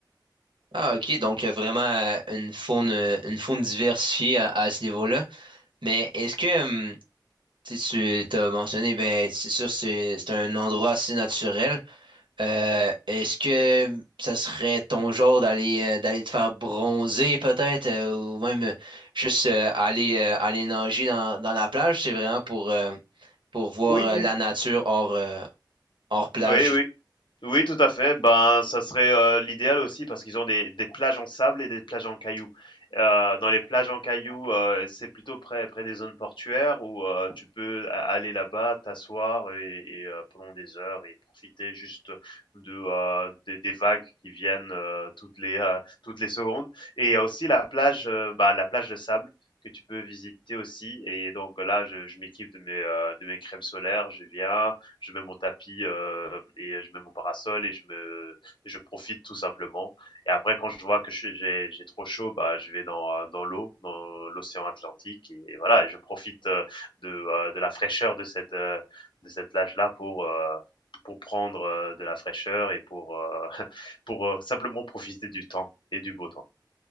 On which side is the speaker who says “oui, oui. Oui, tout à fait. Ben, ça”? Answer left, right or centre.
Left